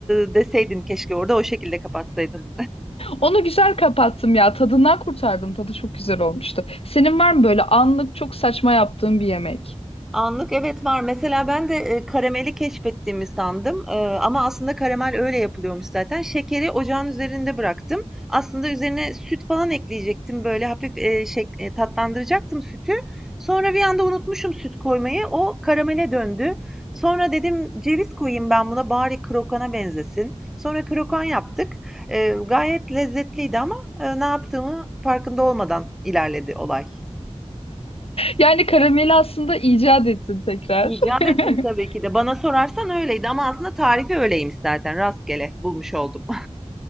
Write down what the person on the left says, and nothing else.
Onu güzel kapattım ya tadından kurtardım tadı çok güzel olmuştu. Senin var mı böyle anlık çok saçma yaptığın bir yemek?
Yani karameli aslında icat ettin tekrar.
<laughs>